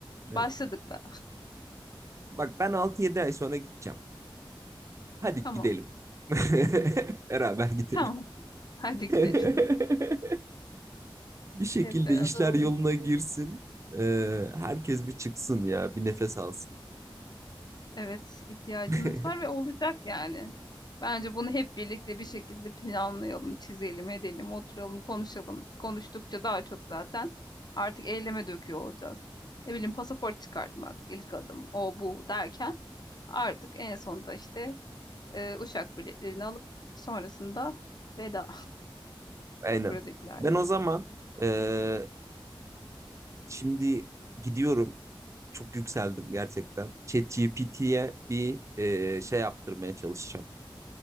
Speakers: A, on the right; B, on the left.
A: Evet.
B: Başladık da.
A: Bak ben altı yedi ay sonra gideceğim. Hadi
B: Tamam.
A: gidelim. <laughs> Beraber gidelim.
B: Tamam. <laughs> Hadi gidelim.
A: <laughs> Bir şekilde
B: Hep beraber
A: işler
B: olur.
A: yoluna girsin. Ee, herkes bir çıksın ya, bir nefes alsın.
B: Evet, ihtiyacımız
A: <laughs>
B: var ve olacak yani. Bence bunu hep birlikte bir şekilde planlayalım, çizelim, edelim, oturalım, konuşalım. Konuştukça daha çok zaten artık eyleme döküyor olacağız. Ne bileyim pasaport çıkartmak ilk adım, o bu derken artık en sonunda işte e, uçak biletlerini alıp sonrasında veda
A: Aynen.
B: <laughs> buradakilerle.
A: Ben o zaman ee, şimdi gidiyorum. Çok yükseldim gerçekten. ChatGPT'ye bir ee, şey yaptırmaya çalışacağım.